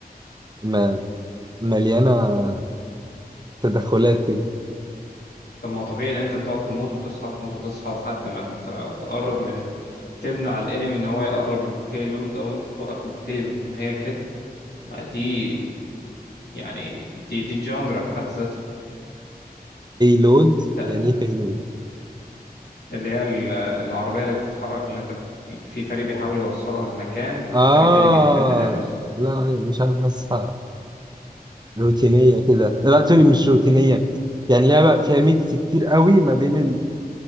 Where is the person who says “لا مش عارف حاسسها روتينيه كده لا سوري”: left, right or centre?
Right